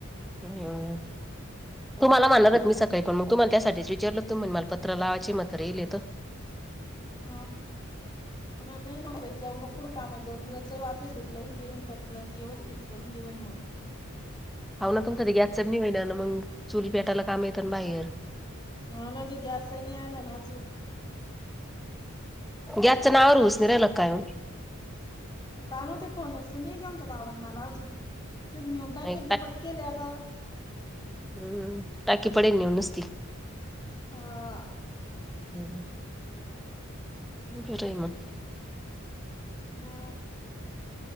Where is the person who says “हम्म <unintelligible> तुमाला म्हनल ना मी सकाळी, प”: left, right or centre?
Centre